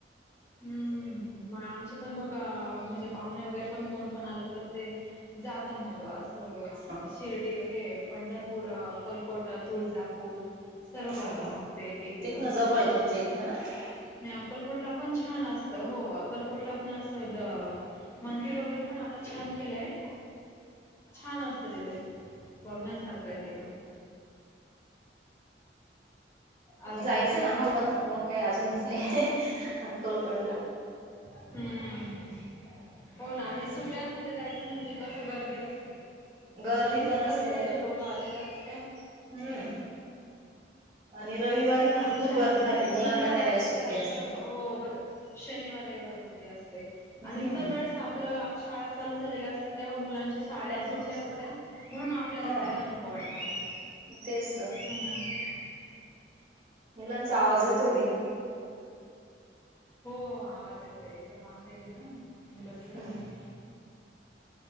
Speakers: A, on the left; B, on the right.
A: हम्म. हम्म, आमचे पण मगं अ म्हणजे पाहुणे वगैरे पण कोण पण आलं तर ते जाता मग अस अ
B: हं,
A: शिर्डी हे पंढरपूर, अक्कलकोटा, तुळजापूर सर्व
B: हो
A: करता
B: हो
A: मग ते एक-एक
B: तिथनं
A: दिवस
B: जवळ आहे तुमच्या इथनं ना
A: नाही अक्कलकोटला पण छान असतं हो. अक्कलकोटला पण असं द मंदिर वगैरे पण आता छान केलंय. छान असते तिथे बघण्यासारखं आहे तेे पण. अजून
B: जायचंय
A: काय
B: आम्हाला पण मग काही अजूनच नाही अक्कलकोटला.
A: हम्म हो ना आणि सुट्यांमध्ये जायचं म्हणजे कस गर्दी असते. सुट्टयांमध्ये
B: गर्दी पण
A: सर्वीकडचे
B: असते
A: लोकं आलेले असत्या.
B: हम्म आणि रविवारी पण
A: आणि शाळा
B: खूप गर्दी
A: सुलू
B: राहते मुलांना
A: सुरू झाल्यावर
B: त्यावेेळेस सुट्टी
A: जायचं
B: असते
A: हो ग शनिवार, रविवार ग गर्दी असते आणि
B: हम्म
A: इतर वेळेस आपलं शाळा चालू झालेल्या असतात तेव्हा मुलां च्या शाळेला
B: त्यामुळे
A: सुट्या होत्या म्हणून आपल्याला
B: हा
A: जायला नको वाटत म.
B: तेच तर
A: हा हा हा.
B: मुलांचा आवाज येतोय लई.
A: हो आवाज येतय इथं बाहेर आहे ना ममुलं खेळताय.
B: हम्म